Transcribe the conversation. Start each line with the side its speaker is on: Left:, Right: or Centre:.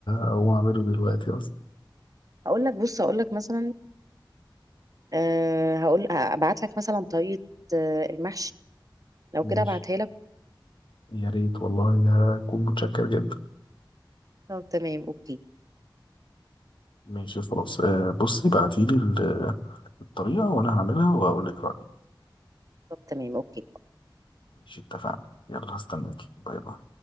Left: اقوم اعمله دلوقتي اصلا
Right: هقول لك بص هقول لك مثلا أه هقول ابعت لك مثلا طريقة آه، المحشي لو كده
Left: ماشي
Right: ابعتها لك
Left: يا ريت والله هكون متشكر جدا
Right: طب تمام اوكي
Left: ماشي خلاص آه، بصي بعتيلي ال- الطريقة وأنا هعملها وأقول لك رأيي
Right: طب تمام اوكي
Left: ماشي اتفقنا يلا هستناكي باي باي